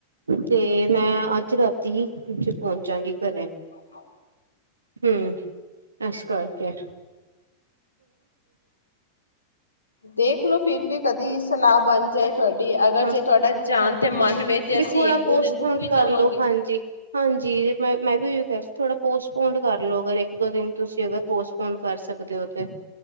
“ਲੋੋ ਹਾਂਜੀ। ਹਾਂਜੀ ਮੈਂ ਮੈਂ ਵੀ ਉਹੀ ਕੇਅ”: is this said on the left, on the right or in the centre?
Right